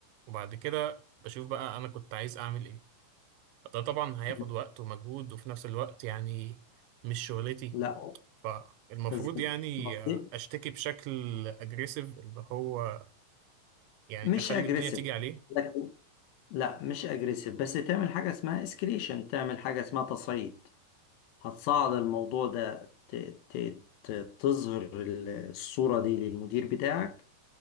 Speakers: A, on the right; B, on the left.
A: وبعد كده بشوف بقى انا كنت عايز اعمل ايه ده طبعا هياخد
B: تمام.
A: وقت ومجهود وفي نفس الوقت يعني مش شغلتي
B: لا
A: فالمفروض
B: بالظبط
A: يعني
B: مصرف.
A: آه، اشتكي بشكل اجريسيف اللي هو يعني
B: مش
A: اخلي
B: اجريسيف
A: الدنيا تيجي عليه
B: لكن لا مش اجريسيف بس تعمل حاجة اسمها اسكليشن تعمل حاجة اسمها تصعيد هتصعد الموضوع ده ت... ت... ت- تظهر ال- الصورة دي للمدير بتاعك